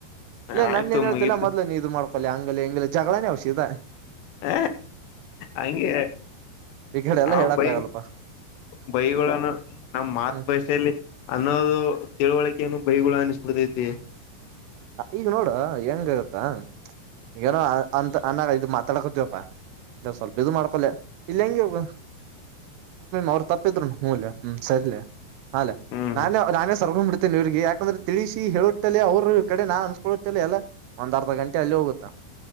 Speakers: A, on the right (about 80°); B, on the left (about 80°).
A: ಇಲ್ಲೇ
B: ಆಯ್ತು
A: ನನ್ನೇಏನ್ ಹೇಳ್ತಿಲ್ಲ
B: ಮುಗೀತು
A: ಮೊದ್ಲು ನೀ ಇದು ಮಾಡ್ಕೊಳ್ಳಲ್ಲಿ ಹಂಗ ಹಂಗ ಜಗಳನೆೇ ಸಿದ
B: ಹ ಹಂಗೆ
A: ಈ ಕಡೆ ಎಲ್ಲ
B: ನಾವು
A: ಹೇಳಕ್
B: ಬೈ
A: ಆಗಲ್ಪಾ
B: ಬೈಗಳನ್ನು ನಮ್ಮ ಮಾತೃ
A: ಹ್ಮ್
B: ಭಾಷೆಯಲ್ಲಿ ಅನ್ನೋದು ತಿಳುವಳಿಕೆನು ಬೈ <unintelligible> ಸ್ಪತಿ
A: ಈಗ ನೋಡ ಹೆಂಗ ಆಗತ್ತಾಗಏನೋ ಅಂತ ಅನಾಗ ಇದು ಮಾತಾಡ್ಕೋತವಪ್ಪಾ ಇ ಸ್ವಲ್ಪ ಇದು ಮಾಡ್ಕೊಲ್ಲ ಇಲ್ಲ ಹೆಂಗೆ ಬ್ರೋ ಅವರ ತಪ್ಪಿದ್ರು ಮೂಲ್ ಹ್ಮ ಸರಿ ಅ
B: ಹ್ಮ್
A: ನಾನೇ ನಾನೇ ಸರ್ಕೊಂಡ್ ಬಿಡ್ತೇನೆ ಇವ್ರಿಗೆ ಯಾಕಂದ್ರೆ ತಿಳಿಸಿ ಹೇಳಟ್ಟಲ್ಲಿ ಅವ್ರು ಈ ಕಡೆ ನಾನ್ ಅನ್ಸ್ಕೊಳ್ಳುತ್ತೇ ಎಲ್ಲಾ ಒಂದ ಅರ್ಧ ಗಂಟೆ ಅಲ್ಲಿ ಹೋಗುತ್ತಾ